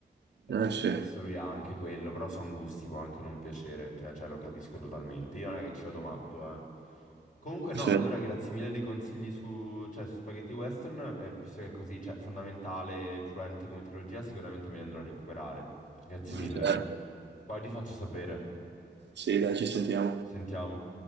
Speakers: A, on the left; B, on the right.
A: Eh,
B: Eh sì,
A: forse lui ha anche quello, però sono gusti, può anche non piacere, cioè, cioè, lo capisco totalmente. Io non è che ci vado matto, eh. Comunque no,
B: sì,
A: allora grazie mille dei consigli su, cioè, su spaghetti western, eh, visto che è così, cioè, fondamentale, influente come trilogia, sicuramente me li andrò a recuperare. Grazie
B: Certo.
A: mille. Poi ti faccio sapere.
B: Sì, dai, ci sentiamo.
A: Ci sentiamo.